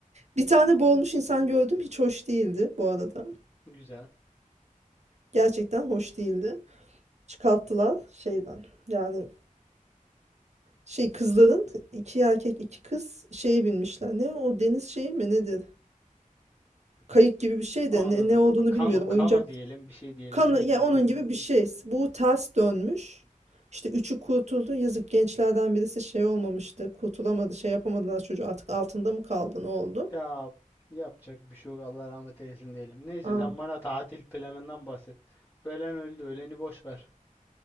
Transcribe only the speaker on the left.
güzel.
Anladım.
Ha, Kano
kano
diyelim bir şey diyelim
neyse.
Ya yapacak bir şey yok. Allah rahmet eylesin diyelim. Neyse
sen bana tatil planından bahset. Ölen öldü. Öleni boş ver.